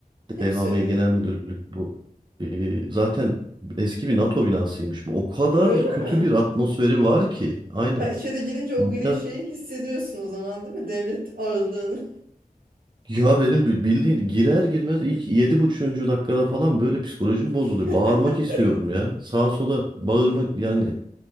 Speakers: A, on the right (about 70°); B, on the right (about 30°).
A: Hepsi
B: EHM
A: öyle.
B: Genel Müdürlük bu. Ee, zaten eski bir NATO binasıymış bu. O kadar
A: Öyle
B: kötü
A: mi?
B: bir atmosferi var ki. Aynen.
A: Ya içeri girince o
B: Bina,
A: gri şeyi hissediyorsun o zaman değil mi? Devlet ağırlığını.
B: ya benim bildiğin girer girmez ilk 7,5. dakikada falan böyle psikolojim bozuluyor.
A: <laughs>
B: Bağırmak istiyorum ya. Sağa sola bağırmak yani